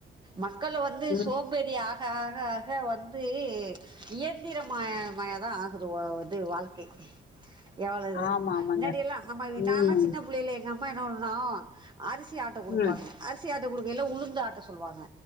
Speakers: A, on the right; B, on the left.
A: மக்கள வந்து
B: ம்.
A: சோம்பறி ஆக் ஆக ஆக வந்து இயந்திர ம மயந்தா ஆகுது வ வந்து வாழ்க்கை. எவ்ளது
B: ஆமா, ஆமாங்க.
A: மின்னாடியெல்லா நம்ம விடாம
B: ம்.
A: சின்ன புள்ளைல்ல எங்க அ ம்மா என்ன பண்ணு அரிசி ஆட்ட குடுப்பாங்க.
B: ம்.
A: அரிசி ஆட் ட குடுக்கயில உளுந்து ஆட்ட சொல்லுவாங்க.